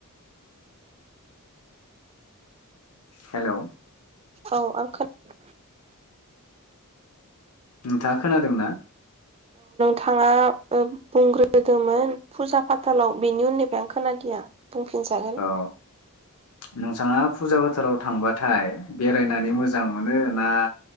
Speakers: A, on the left; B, on the right.
A: हेलौ
B: औ आं खोना
A: नोंथाङा खोनादों ना
B: थाङा बुंग्रोदोंमोन फुजा फाथालाव बिनि उननिफ्राय आं खोनादिया बुंफिनजागोन
A: औ नोंथाङा फुजा फाथालाव थांबाथाय बेरायनानै मोजां मोनो ना